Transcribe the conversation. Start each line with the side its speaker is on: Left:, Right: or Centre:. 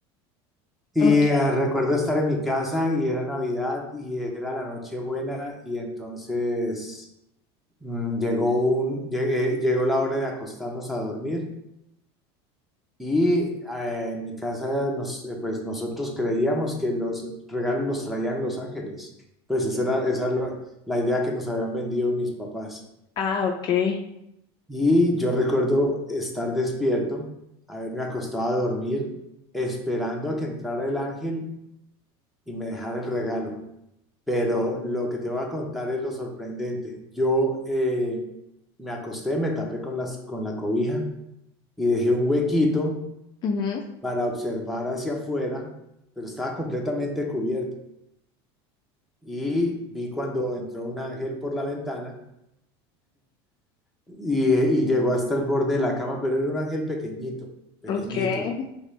Centre: Y
Left: Okay.
Centre: eh, recuerdo estar en mi casa y era Navidad y era la Nochebuena y entonces mm, llegó un, llegué- llegó la hora de acostarnos a dormir Y eh, en mi casa, nos, eh, pues nosotros creíamos que los regalos los traían los ángeles. Pues esa era, esa era la, la idea que nos habían vendido mis papás.
Left: Ah, okay.
Centre: Y yo recuerdo estar despierto, haberme acostado a dormir, esperando a que entrara el ángel y me dejara el regalo. Pero lo que te voy a contar es lo sorprendente. Yo eh, me acosté, me tapé con, las, con la cobija y dejé un huequito
Left: Ujú,
Centre: para observar hacia afuera, pero estaba completamente cubierto. Y vi cuando entró un ángel por la ventana y, y llegó hasta el borde de la cama, pero era un ángel pequeñito, pequeñito,
Left: Okay.